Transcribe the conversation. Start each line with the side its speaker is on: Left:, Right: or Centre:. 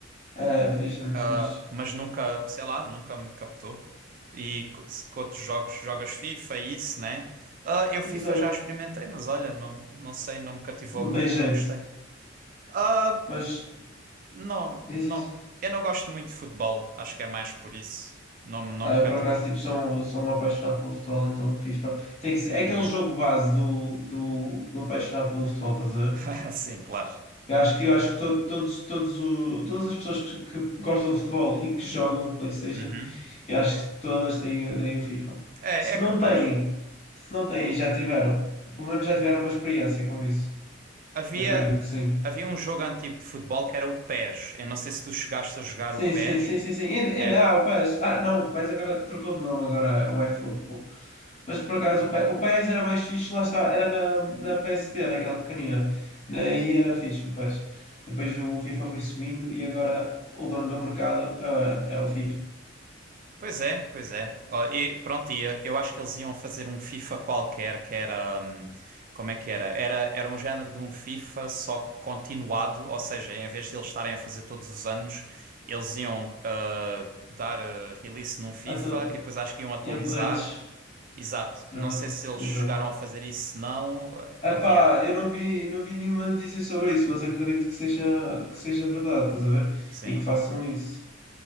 Left: É, é fixe, é muito
Right: Ah,
Left: fixe.
Right: mas nunca, sei lá, nunca me captou. E co- se- com outros jogos, jogas FIFA, e isso, né? Ah, eu FIFA
Left: Exato,
Right: já experimentei, mas olha, não, não sei, não me cativou
Left: não
Right: muito,
Left: tem jeito.
Right: não gostei. Ah,
Left: Mas
Right: não,
Left: diz
Right: não.
Left: isso.
Right: Eu não gosto muito de futebol. Acho que é mais por isso. Não, me- não
Left: Ah,
Right: me
Left: eu
Right: cativou.
Left: por acaso tipo, sou, um, sou um apaixonado pelo futebol, então FIFA tem que ser. É aquele
Right: Uhum.
Left: jogo base do, do, do apaixonado pelo futebol, estás a ver?
Right: <laughs> Sim, claro.
Left: Eu acho que,
Right: E-
Left: eu acho que to- todos, todos o, todas as pessoas que, que gostam de futebol e que jogam PlayStation,
Right: Uhum.
Left: eu acho que todas têm, têm o FIFA.
Right: É,
Left: Se
Right: é capaz.
Left: não têm, se não têm, já tiveram. Pelo menos já tiveram uma experiência com isso.
Right: Havia,
Left: Acredito que sim.
Right: havia um jogo antigo de futebol que era o PES. Eu não sei se tu chegaste a jogar
Left: Sim,
Right: o PES.
Left: sim, sim, sim, sim. Ainda, ainda
Right: É.
Left: há o PES. Ah, não, o PES agora trocou de nome agora, é o eFootball. Mas por acaso
Right: O,
Left: o PES, o PES era mais fixe, lá está, era na, na PSP, naquela pequenina. Aí era fixe o PES. Depois o FIFA foi subindo e agora o dono do mercado ah, é o FIFA.
Right: Pois é, pois é. Ó, e pronto, e eu eu acho que eles iam fazer um FIFA qualquer que era. hum, como é que era? Era, era um género de um FIFA só continuado, ou seja, em vez de eles estarem a fazer todos os anos, eles iam ah, dar ah, release num FIFA
Left: Ah, tô-
Right: e depois acho que iam atualizar.
Left: E updates.
Right: Exato.
Left: Dando
Right: Não sei
Left: up-
Right: se eles
Left: Exato.
Right: chegaram a fazer isso, se não.
Left: Epá,
Right: Ah, Havia.
Left: eu não vi, não vi nenhuma notícia sobre isso, mas acredito que seja, que seja verdade, estás a ver?
Right: Sim.
Left: E que façam isso.